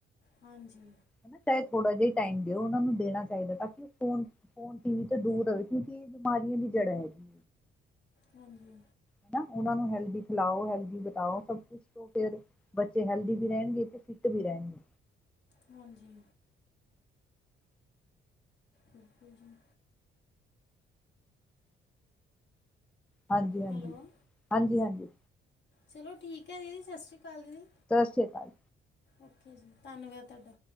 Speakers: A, on the left; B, in the centre.
A: ਹਾਂਜੀ।
B: ਹਨਾ ਚਾਹੇ ਥੋੜ੍ਹਾ ਜਿਆ ਟਾਈਮ ਦੇਓ ਉਨਾ ਨੂੰ ਦੇਣਾ ਚਾਈਦਾ ਤਾਂ ਕਿ ਉ ਫੋਨ ਫੋਨ, ਟੀ ਵੀ ਤੇ ਦੂਰ ਰਵੇ ਕਿਉਂਕਿ ਏ ਬਿਮਾਰੀਆਂ ਦੀ ਜੜ੍ਹਾਂ ਹੈਗੀ।
A: ਹਾਂਜੀ।
B: ਹਨਾ ਉਨਾਂ ਨੂੰ ਹੈਲਦੀ ਖਿਲਾਓ, ਹੈਲਦੀ ਬਿਤਾਓ ਸਭ ਕੁਛ। ਤੋਂ ਫੇਰ ਬੱਚੇ ਹੈਲਦੀ ਵੀ ਰੈਨਗੇ ਤੇ ਫਿੱਟ ਵੀ ਰੈਨਗੇ।
A: ਹਾਂਜੀ। ਬਿਲਕੁਲ ਜੀ।
B: ਹਾਂਜੀ-ਹਾਂਜੀ,
A: ਹੈਲੋ।
B: ਹਾਂਜੀ -ਹਾਂਜੀ।
A: ਚਲੋ ਠੀਕ ਐ ਦੀਦੀ ਸਸਰੀ ਕਾਲ ਦੀਦੀ।
B: ਸਸਰੀ ਕਾਲ।
A: ਓਕੇ ਜੀ ‌, ਧੰਨਵਾਦ ਤੁਹਾਡਾ।